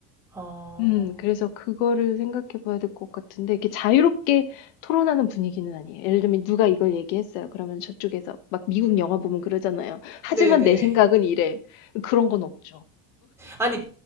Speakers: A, in the centre; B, on the left.
A: 어.
B: 음, 그래서 그거를 생각해 봐야 될 것 같은데 이렇게 자유롭게 토론하는 분위기는 아니에요. 예를 들면 누가 이걸 얘기했어요. 그러면 저쪽에서 막 미국 영화 보면 그러잖아요. 하지만
A: 네네.
B: 내 생각은 이래. 그런 건 없죠.
A: 아니,